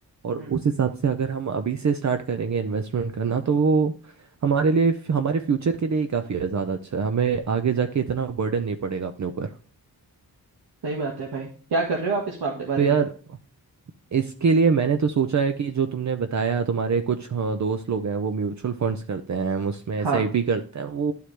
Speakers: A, on the right; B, on the right.
A: और
B: हम्म
A: उस हिसाब से अगर हम अभी से स्टार्ट करेंगे इन्वेस्टमेंट करना तो वो हमारे लिए हमारे फ्यूचर के लिए ही काफ़ी ज़्यादा अच्छा है हमें आगे जाके इतना बर्डन नहीं पड़ेगा अपने ऊपर
B: सही बात है भाई क्या कर रहे हो आप इस मामले बारे
A: तो यार
B: में
A: इसके लिए मैंने तो सोचा है कि जो तुमने बताया तुम्हारे कुछ अ, दोस्त लोग हैं वो म्यूचुअल फंड्स करते हैं उसमें एसआईपी
B: हाँ
A: करते हैं वो